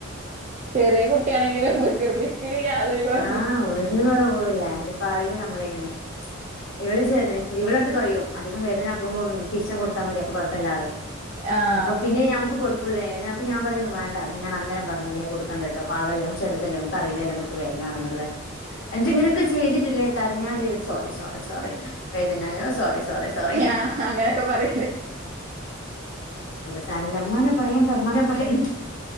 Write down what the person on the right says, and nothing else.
ചെറിയ കുട്ടിയാണെങ്കിലും വികൃതിക്ക് യാതൊരു കൊറവും
ആഹ്
ആഹ് അങ്ങനൊക്കെ പറയില്ലേ